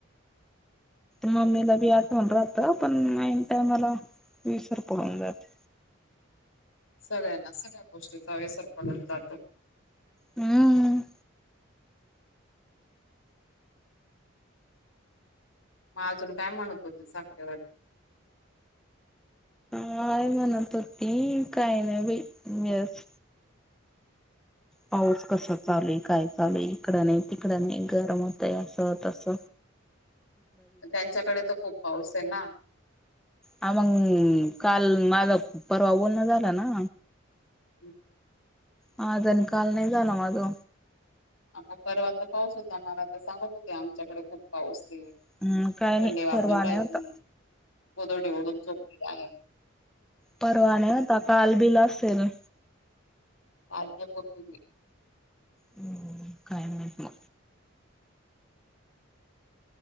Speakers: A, in the centre; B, on the left.
A: मम्मीला बी आठवन राहत पण मन टा मला विीसवर पहून जात
B: सगळ्यांना सगळ्या गोष्टीचा व्यसर बनून जातो
A: हम्म
B: मग अजून काय म्हणत होते साखरेवर
A: काय म्हणत होती काही नाही बी वस पाऊस कसा चालेल काय चालू इकडं नाही तिकडं नाही गरम होतय असं तस
B: त्यांच्याकडे तर खूप पाऊस आहे ना
A: ह मग काल माझा परवा बोलण झाला ना
B: हम्
A: ह दन काल नाही जा नाव मज
B: मग परवाचा पाऊस होता आ मला तर सांगत होते आमच्याकडे खूप पाऊस आहे
A: हम्म काय नाही
B: थंडी वाजून
A: परवा
B: राहिली
A: नाही होता
B: कोदडी ओढून झोपली आहे
A: परवाने होता कालबिल असेल
B: पा पूर्
A: हम् काय नाही